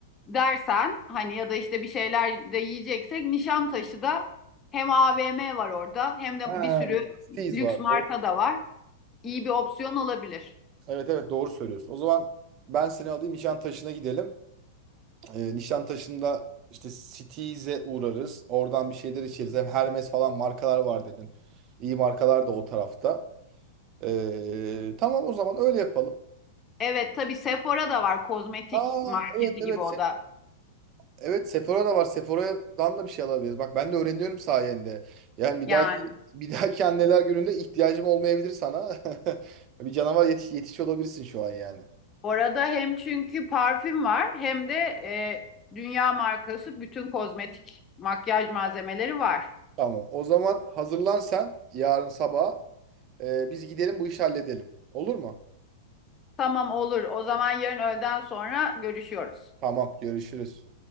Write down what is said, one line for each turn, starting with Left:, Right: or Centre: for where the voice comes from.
Left: dersen hani ya da işte bir şeyler de yiyeceksek Nişantaşı da hem AVM var orada hem de
Right: Ha,
Left: bir sürü
Right: Steez
Left: lüks
Right: var.
Left: marka
Right: Doğru.
Left: da var. İyi bir opsiyon olabilir.
Right: Evet evet doğru söylüyorsun. O zaman ben seni alayım Nişantaşı'na gidelim. Ee, Nişantaşı'nda işte Steez'e uğrarız. Oradan bir şeyler içeriz. Hem Hermes falan markalar var dedin. İyi markalar da o tarafta. Ee, tamam o zaman öyle yapalım.
Left: Evet tabii Sephora da var kozmetik
Right: Aa
Left: marketi
Right: evet evet
Left: gibi o da
Right: Evet Sephora da var. Sephora'dan da bir şey alabiliriz. Bak ben de öğreniyorum sayende. Yani bir
Left: yani.
Right: dahaki <laughs> bir dahaki anneler gününde ihtiyacım olmayabilir sana. <laughs> Bir canavar yetiş, yetiş olabilirsin şu an yani.
Left: Orada hem çünkü parfüm var hem de e, dünya markası bütün kozmetik makyaj malzemeleri var.
Right: Tamam. O zaman hazırlan sen yarın sabah. Ee, biz gidelim bu işi halledelim. Olur mu?
Left: Tamam olur. O zaman yarın öğleden sonra görüşüyoruz.
Right: Tamam. Görüşürüz.